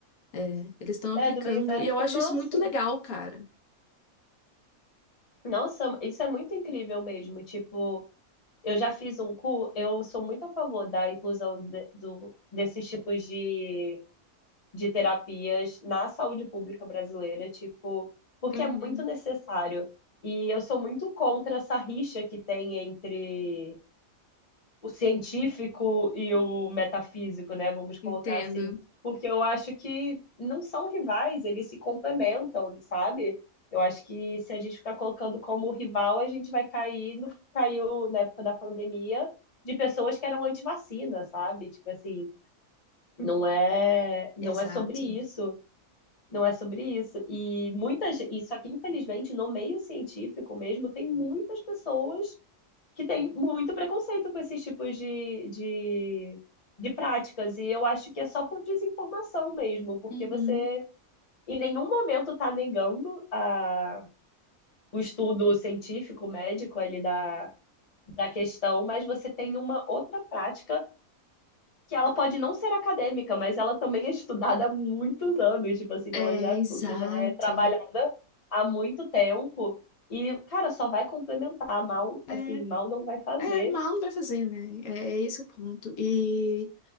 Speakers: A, on the left; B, on the left.
A: É, eles estão aplicando.
B: É, do meio médico,
A: E eu acho
B: nossa.
A: isso muito legal, cara.
B: Nossa, isso é muito incrível mesmo, tipo... Eu já fiz um curso, eu sou muito a favor da inclusão de- do, desses tipos de, de terapias na saúde pública brasileira, tipo, porque
A: Uhum,
B: é muito necessário. E eu sou muito contra essa rixa que tem entre o científico e o metafísico, né? Vamos colocar
A: entendo.
B: assim, porque eu acho que não são rivais, eles se complementam, sabe? Eu acho que se a gente ficar colocando como rival, a gente vai cair no que caiu na época da pandemia de pessoas que eram anti-vacina, sabe? Tipo assim, não é, não
A: Exato.
B: é sobre isso, não é sobre isso. E muitas, e só que infelizmente no meio científico mesmo tem muitas pessoas que tem muito preconceito com esses tipos de, de, de práticas. E eu acho que é só por desinformação mesmo, porque
A: Uhum.
B: você em nenhum momento está negando a, o estudo científico, médico ali da, da questão, mas você tem uma outra prática que ela pode não ser acadêmica, mas ela também é estudada há muitos anos, tipo assim,
A: É,
B: ela já, é-
A: exato.
B: já é trabalhada há muito tempo e, cara, só vai complementar, mal,
A: É,
B: assim, mal não vai fazer.
A: é, mal não vai fazer, né? É, é esse o ponto. E